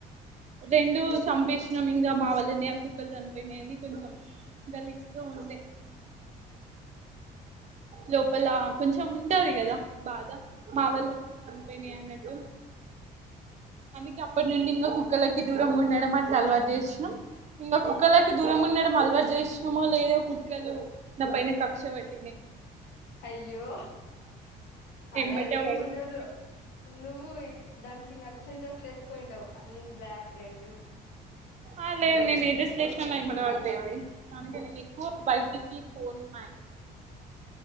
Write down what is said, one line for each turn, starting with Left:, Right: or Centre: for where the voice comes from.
Right: రెండు చంపేస్ నం ఇంగా మావళ్లనే ఆ కుక్కలు చనిపోయినయని కొంచెం గలీజ్ గ ఉండే లోపల కొంచెం ఉంటది గదా బాద మా వాళ్లనే చనిపోయినయన్నట్టు అందుకే అప్పటి నుండింగ కుక్కలకి దూరం ఉండడం అట్లలవాటు చేసినం ఇంగ కుక్కలకు దూరం ఉండడం అలవాటు జేసీనమో లేదో కుక్కలు నా పైన కక్ష పెట్
Left: అయ్యో అలా
Right: ఎంబటే
Left: ఏం
Right: పడుతుంది
Left: ఉండదు. నువ్వు ఇ దానికి నచ్చని డ్రెస్సులేసుకొని ఉంటవు ఐ మీన్ బ్లాక్ రెడ్
Right: ఆ లేదు నేనే డ్రెస్సులేసిన నా ఎంబడ బడతయి అవి, అందుకె నేనిక్కువ బయటికి పోను మ్యాక్స్